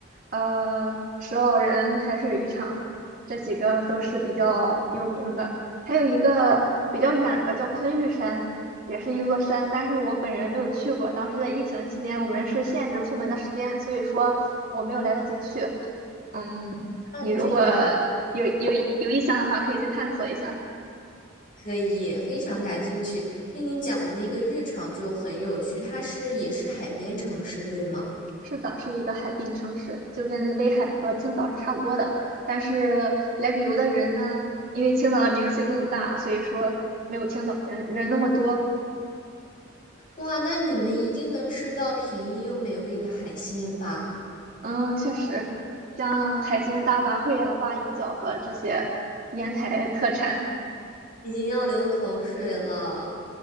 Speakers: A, on the right; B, on the left.
A: 呃石老人海水浴场，这几个都是比较有名的。还有一个比较远的叫昆玉山，也是一座山，但是我本人没有去过。当时在疫情期间，我们是限制出门的时间，所以说我没有来得及去。嗯，
B: 嗯，
A: 你如果
B: 这样
A: 有有有意向的话，可以去探索一下。
B: 可以，非常感兴趣。听你讲那个浴场就很有趣，它是也是海边城市，对吗？
A: 是的，是一个海滨城市，就跟威海和青岛是差不多的。但是来旅游的人呢，因为青岛的名气更大，所以说没有青岛人人那么多。
B: 哇，那你们一定能吃到便宜又美味的海鲜吧？
A: 嗯，确实，像海鲜大杂烩啊、鲅鱼饺子这些烟台特产。
B: 已经要流口水了。